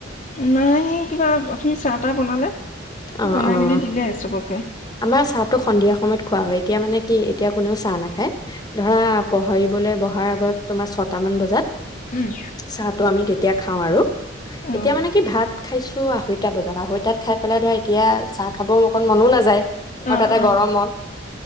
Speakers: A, on the left (about 35°); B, on the left (about 20°).
A: নাইি কিবা আপুনি চাহ তাহ বনালে
B: অঁ
A: বনাই
B: অঁ
A: মেলি দিলে চবকে।
B: আমাৰ চাহটো সন্ধিয়া সময়ত খোৱা হয় এতিয়া মানে কি এতিয়া কোনেও চাহ নাখায় ধৰা পাহৰিবলৈ বহাৰ আগত তোমাৰ ছটামান বজাত
A: উম
B: চাহটো আমি তেতিয়া খাওঁ আৰু
A: অ
B: এতিয়া মানে কি ভাত খাইছো টো আঢ়ৈটা বজাত, আঢ়ৈতাত খাই পেলাই ধৰা এত এতিয়া, চাহ খাব অকণ মনো নাযায়। আৰু
A: অঁ'
B: তাতে
A: অঁ',
B: গৰমত